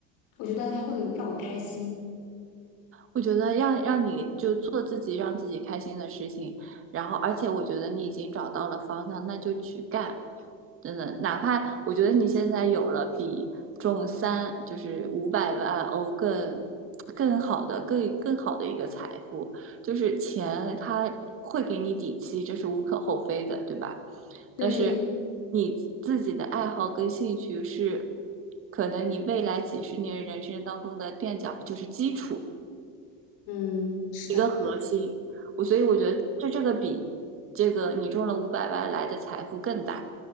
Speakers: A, on the left; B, on the right.
A: 我觉得他会让我开心。
B: 我觉得让让你就做自己让自己开心的事情，然后而且我觉得你已经找到了方向，那就去干。真的，哪怕我觉得你现在有了比中三就是五百万欧更更好的、更更好的一个财富，就是钱它会给你底气，这是无可厚非的，对吧？
A: 对，
B: 但是你自己的爱好跟兴趣是可能你未来几十年人生当中的垫脚，就是基础。
A: 嗯，是的。
B: 一个核心。我所以我觉得这这个比这个你中了五百万来的财富更大。